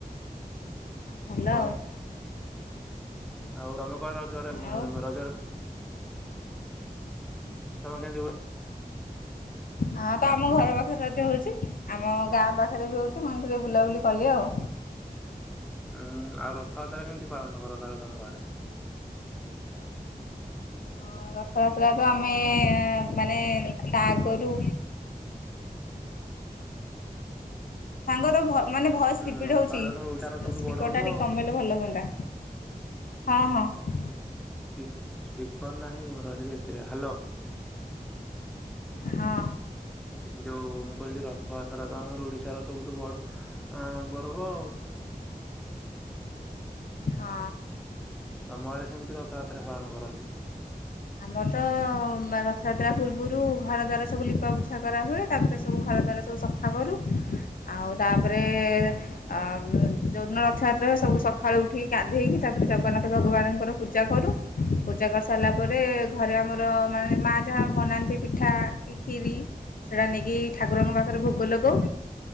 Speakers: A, on the left; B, in the centre.
A: ଭଲ
B: ତମେ
A: ଆଉ।
B: ଆଉ ତମେ କୁଆଡେ ରଜ ରେ ବେଁ
A: ଆଉ
B: ରଜ ରେ ତମେ କେମିତି ବୁ
A: ହଁ ତ ଆମ ଘର ପାଖରେ ରଜ ହୋଉଚି ଆମ ଗାଁ ପାଖ ରେ ବି ହଉଚି ମୁଁ ଏମିତି ଟିକେ ବୁଲାବୁଲି କଲି ଆଉ।
B: ଉଁ ଆଉ ରଥଯାତ୍ରା କେମିତି ପାଳନ କର ତାହେଲେ ତମ ଆଡେ।
A: ହ ରଥଯାତ୍ରା ତ ଆମ ଆମେ ମାନେ ତା ଆଗାରୁ ସାଙ୍ଗ ତ ଭଲ ମାନେ ଭଏସ୍
B: ହୁଁ
A: ରିପିଟ୍
B: ରଥଯାତ୍ରା
A: ହେଉଚି
B: ତମର ଓଡିଶାର
A: ସ୍ପି
B: ସବୁଠୁ
A: ସ୍ପିକର୍ଟା
B: ବଡ ପର୍ବ
A: ଟିକେ
B: ଆଉ।
A: କମେଇଲେ ଭଲ ହୁଅନ୍ତା। ହଁ ହଁ।
B: ସ୍ପି ସ୍ପିକର ନାହିଁ ମୋରଏଠି ଏଥିରେ ହ୍ୟାଲୋ।
A: ହଁ।
B: ଯୋଉ ମୁଁ କହିଲି ରଥଯାତ୍ରା ତ ଆମର ଓଡିଶାର ସବୁଠୁ ଅଁ ବଡ ପର୍ବ ଆଉ।
A: ହଁ।
B: ତମ ଆଡ଼େ କେମିତି ରଥଯାତ୍ରା ପାଳନ କରନ୍ତି?
A: ଆମର ତ ରଥଯାତ୍ରା ପୂର୍ବରୁ ଘର ଦ୍ୱାର ସବୁ ଲିପାପୋଛା କରାହୁଏ ତାପରେ ସବୁ ଘର ଦ୍ୱାର ସବୁ ସଫା କରୁ ଆଉ ତାପରେ ଆ ଯେଉଁଦିନ ରଥଯାତ୍ରା ହୁଏ ସବୁ ସକାଳୁ ଉଠି ଗାଧେଇକି ତାପରେ ଜଗନ୍ନାଥ ଭଗବାନଙ୍କର ପୂଜା କରୁ ପୂଜା କରି ସାରିଲା ପ ତାପରେ ଘରେ ଆମର ମାନେ ମାଆ ଯାହା ବନାନ୍ତି ପିଠା କି ଖିରି ସେଇଟା ନେଇକି ଠାକୁରଙ୍କ ପାଖରେ ଭୋଗ ଲଗୋଉ